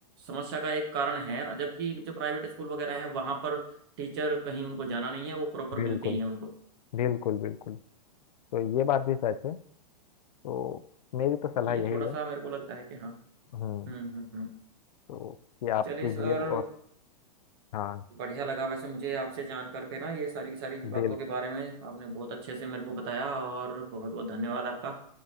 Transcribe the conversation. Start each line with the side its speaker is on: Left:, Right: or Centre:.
Right: समस्या का एक कारण है जबकि जो प्राइवेट स्कूल वगैरह है वहाँ पर टीचर कहीं उनको जाना नहीं है वो प्रॉपर
Left: बिल्कुल
Right: मिलते ही हैं उनको
Left: बिल्कुल बिल्कुल तो ये बात भी सच है तो मेरी तो सलाह
Right: ये
Left: यही
Right: थोड़ा सा
Left: है
Right: मेरे को लगता है कि हाँ
Left: हम्म
Right: हम्म हम्म हम्म
Left: तो ये आपकी
Right: चलिए सर
Left: जेब और हाँ
Right: बढ़िया लगा वैसे मुझे आपसे जान करके ना ये सारी की सारी बातों
Left: बिल
Right: के बारे में आपने बहुत अच्छे से मेरे को बताया और बहुत बहुत धन्यवाद आपका